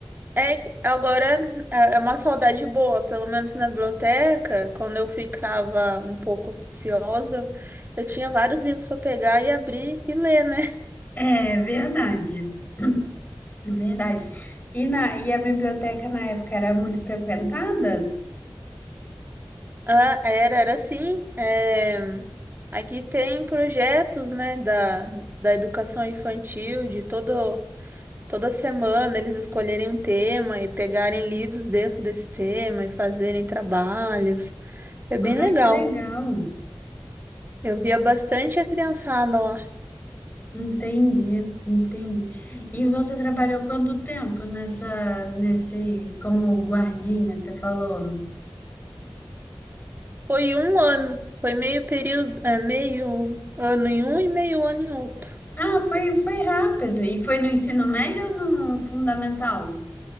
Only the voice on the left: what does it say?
É verdade. <clears throat> Verdade. E, na, e a biblioteca na época era muito frequentada?
Ah, que legal.
Entendi, entendi. E você trabalhou quanto tempo nessa, nesse, como guardinha, você falou?
Ah, foi, foi rápido. E foi no ensino médio ou no fundamental?